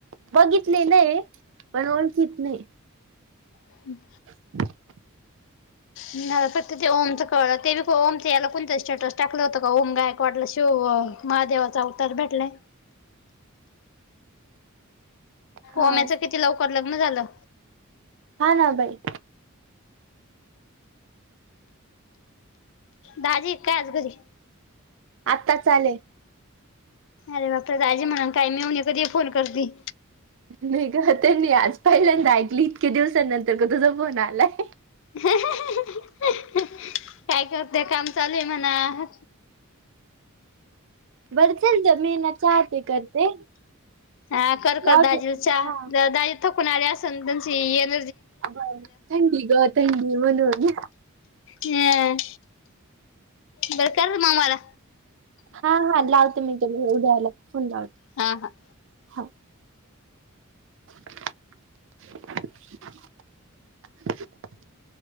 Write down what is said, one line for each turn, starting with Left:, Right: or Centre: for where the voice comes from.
Right: बघितलेलंय. पण ओळखीत नाही.
Left: हम्.
Right: <unintelligible>
Left: नाही फक्त ते ओम‌च कळलं ते बी ओमचे ह्याला कोणतर स्टेटस टाकल होत का. ओम गायकवाडला शिव महादेवाचा अवतार भेटलाय.
Right: हा
Left: ओम्याचं किती लवकर लग्न झालं.
Right: हा ना बाई.
Left: दाजी आहेत का आज घरी.
Right: आत्ताच आले.
Left: अरे बाप रे, दाजी म्हणेल काय मेव्हणी कधी पण फोन करती.
Right: नाही ग. तेनी आज पहिल्यांदा ऐकली इतक्या दिवसानंतरन तुझा फोन आलाय.
Left: <unintelligible> काय करते. काम चालूय म्हणा.
Right: बर चल. दोन महिन्याच आहे का ते?
Left: हा कर कर.
Right: लावते
Left: दाजीला चहा.
Right: हा
Left: दाजी थकून आले असल तुमची. एन
Right: बरं. थंडी ग थंडी म्हणून.
Left: हम्. बर कर मग मला.
Right: हा हा लावते मी. तुला उद्या आल. फोन लावते.
Left: हा हा.
Right: हा. <unintelligible>